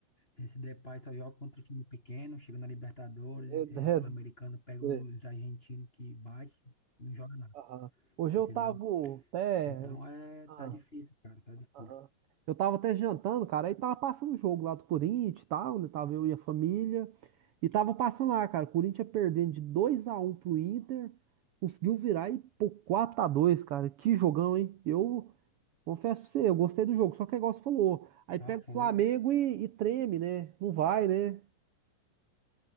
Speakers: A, on the left; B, on the right.
A: Esse Depay só joga contra o time pequeno, chega na Libertadores,
B: é, é,
A: é, Sul-Americano, pega os
B: é,
A: argentinos que bate, não joga nada,
B: aham. Hoje
A: entendeu?
B: eu tava até.
A: Então é,
B: Ah,
A: tá difícil, cara, tá difícil.
B: aham. Eu tava até jantando, cara, aí tava passando o jogo lá do Corinthians e tal, né? Tava eu e a família. E tava passando lá, cara. O Corinthians perdendo de dois a um pro Inter. Conseguiu virar e pô, quatro a dois, cara. Que jogão, hein? Eu confesso pra você, eu gostei do jogo. Só que é igual você falou. Aí
A: Ah,
B: pega
A: foi.
B: o Flamengo e, e treme, né? Não vai, né?